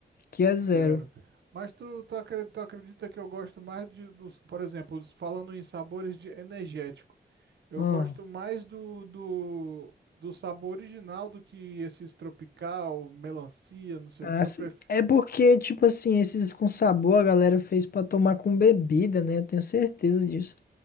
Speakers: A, on the left; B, on the right.
A: que é
B: Zero.
A: zero.
B: Mas tu, tu, acre- tu acredita que eu gosto mais de, dos, por exemplo, os- falando em sabores de energético, eu
A: Hum.
B: gosto mais do, do, do sabor original do que esses tropical, melancia, não sei
A: Ah,
B: o que, eu
A: sim.
B: prefiro.
A: É porque, tipo assim, esses com sabor a galera fez pra tomar com bebida, né? Eu tenho certeza disso.